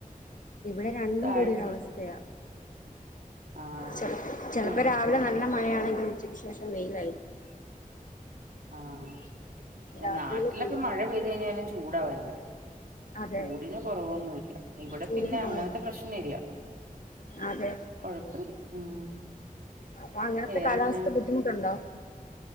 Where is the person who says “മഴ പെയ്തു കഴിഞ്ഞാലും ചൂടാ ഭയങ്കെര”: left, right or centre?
Right